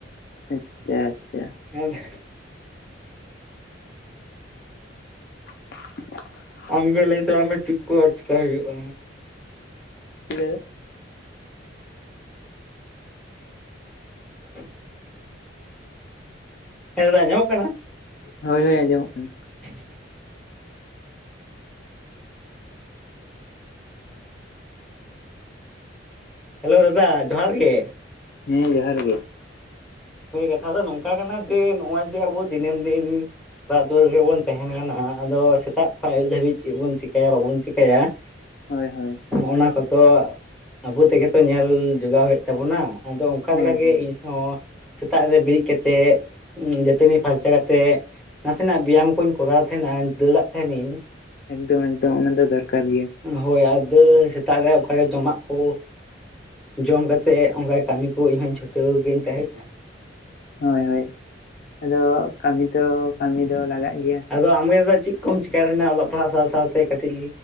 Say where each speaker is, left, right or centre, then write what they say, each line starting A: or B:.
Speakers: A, on the left; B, in the centre.
A: ᱟᱪᱷᱟ-ᱟᱪᱷᱟ
B: ᱟᱫᱚ
A: ᱪᱮᱫ ᱦᱚᱸ ᱵᱟᱝ ᱟᱸᱡᱚᱢᱚᱜ ᱠᱟᱱᱟ
B: ᱟᱢᱜᱮ ᱞᱟᱹᱭ ᱛᱟᱞᱟᱝ ᱢᱮ ᱪᱮᱫ ᱠᱚ ᱟᱨ ᱪᱮᱠᱟ ᱦᱩᱭᱩᱜᱼᱟ?
A: ᱦᱤᱲᱟᱹ
B: ᱪᱮᱫ ᱦᱚᱸ ᱵᱟᱝ ᱟᱸᱡᱚᱢᱚᱜ ᱠᱟᱱᱟ ᱦᱮᱸ ᱫᱟᱫᱟ ᱟᱸᱧᱟᱢᱚᱜ ᱠᱟᱱᱟ
A: ᱦᱚᱭ-ᱦᱚᱭ ᱟᱸᱡᱚᱢᱚᱜ ᱠᱟᱱᱟ
B: ᱪᱮᱫ ᱦᱚᱸ ᱵᱟᱝ ᱟᱸᱡᱚᱢᱚᱜ ᱠᱟᱱᱟ ᱦᱮᱞᱚ ᱫᱟᱫᱟ ᱡᱚᱦᱟᱨ ᱜᱮ
A: ᱦᱮᱸ ᱡᱚᱦᱟᱨ ᱜᱮ
B: ᱦᱚᱭ ᱠᱟᱛᱷᱟ ᱫᱚ ᱱᱚᱝᱠᱟ ᱠᱟᱱᱟ ᱡᱮ ᱱᱚᱜᱼᱚᱭ ᱡᱮ ᱟᱵᱚ ᱫᱤᱱᱟᱹᱢ-ᱫᱤᱱ ᱚᱲᱟᱜ ᱫᱩᱣᱟᱹᱨ ᱨᱮᱜᱮᱵᱚᱱ ᱛᱟᱦᱮᱱ ᱠᱟᱱᱟ ᱟᱫᱚ ᱥᱮᱛᱟᱜ ᱠᱷᱚᱱ ᱟᱹᱭᱩᱵ ᱫᱷᱟᱹᱵᱤᱡ ᱪᱮᱫ ᱵᱚᱱ ᱪᱮᱠᱟᱹᱭᱟ ᱵᱟᱵᱚᱱ ᱪᱮᱠᱟᱭᱟ? ᱪᱮᱫ ᱦᱚᱸ ᱵᱟᱝ ᱟᱸᱡᱚᱢᱚᱜ ᱠᱟᱱᱟ
A: ᱦᱚᱭ-ᱦᱚᱭ
B: ᱚᱱᱟ ᱠᱚᱫᱚ ᱟᱵᱚ ᱛᱮᱜᱮ ᱛᱚ ᱧᱮᱞ ᱡᱚᱜᱟᱣ ᱦᱩᱭᱩᱜ ᱛᱟᱵᱚᱱᱟ ᱟᱫᱚ ᱚᱱᱠᱟ
A: ᱦᱳᱭ
B: ᱞᱮᱠᱟ ᱜᱮ
A: ᱦᱳᱭ
B: ᱤᱧ ᱦᱚᱸ ᱥᱮᱛᱟᱜ ᱨᱮ ᱵᱮᱨᱮᱫ ᱠᱟᱛᱮᱫ ᱫᱟᱹᱛᱟᱹᱱᱤ ᱯᱷᱟᱨᱪᱟ ᱠᱟᱛᱮᱫ ᱱᱟᱥᱮᱱᱟᱜ ᱵᱮᱭᱟᱢ ᱠᱚᱧ ᱠᱚᱨᱟᱣ ᱛᱟᱦᱮᱱᱟ ᱫᱟᱹᱲᱟᱜ ᱛᱟᱦᱮᱱᱤᱧ
A: ᱮᱠᱫᱚᱢ-ᱮᱠᱫᱚᱢ ᱚᱱᱟ ᱫᱚ ᱚᱱᱟ ᱫᱚ ᱫᱚᱨᱠᱟᱨ ᱜᱮᱭᱟ
B: ᱦᱚᱭ ᱟᱫᱚ ᱥᱮᱛᱟᱜ ᱨᱮ ᱚᱱᱠᱟ ᱜᱮ ᱡᱚᱢᱟᱜ ᱠᱚ ᱡᱚᱢ ᱠᱟᱛᱮᱫ ᱚᱱᱠᱟ ᱠᱟᱹᱢᱤ ᱠᱚ ᱤᱧ ᱦᱚᱸ ᱪᱷᱩᱴᱟᱹᱣ ᱜᱤᱧ ᱛᱟᱦᱮᱸᱱᱟ
A: ᱦᱚᱭ-ᱦᱚᱭ ᱟᱫᱚ ᱠᱟᱹᱢᱤ ᱛᱚ ᱠᱟᱹᱢᱤ ᱫᱚ ᱞᱟᱜᱟᱜ ᱜᱮᱭᱟ
B: ᱟᱫᱚ ᱟᱢᱜᱮ ᱫᱟᱫᱟ ᱪᱮᱫ ᱠᱚᱢ ᱪᱮᱠᱟᱭ ᱛᱟᱦᱮᱱᱟ ᱚᱞᱚᱜ ᱯᱟᱲᱦᱟᱜ ᱥᱟᱶ-ᱥᱟᱣᱛᱮ ᱠᱟᱹᱴᱤᱡ